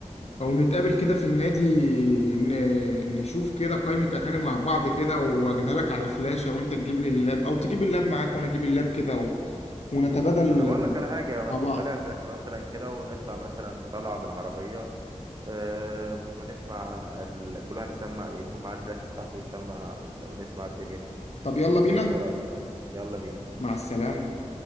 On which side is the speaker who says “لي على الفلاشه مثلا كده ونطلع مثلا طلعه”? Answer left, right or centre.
Right